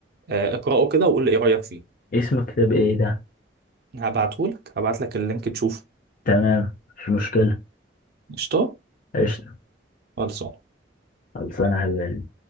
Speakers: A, on the right; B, on the left.
A: اقرأه كده وقول لي ايه رأيك فيه
B: اسم الكتاب ايه ده
A: هبعته لك هبعت لك اللينك تشوفه
B: تمام مش مشكله
A: قشطة
B: قشطه
A: خلصان
B: خلصانه يا حبيبي